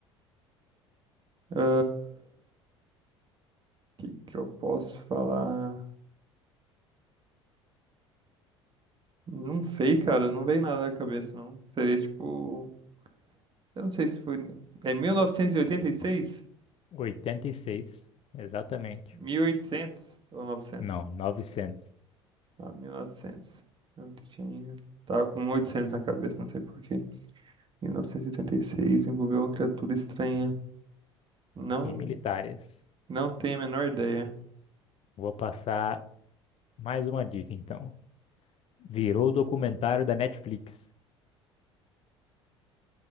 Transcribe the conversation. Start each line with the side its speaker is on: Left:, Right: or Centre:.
Right: O que que eu posso falar? Não sei, cara, não veio nada na cabeça, não. Seria tipo, eu não sei se foi, é 1986,
Left: Oitenta e seis, exatamente.
Right: 1800 ou 900.
Left: Não, novecentos
Right: Ah, 1900. Não eu tinha. Tava com 800 na cabeça, não sei por quê. 1986 envolveu uma criatura estranha. Não,
Left: E militares.
Right: não tenho a menor ideia.
Left: Vou passar mais uma dica, então. Virou documentário da Netflix.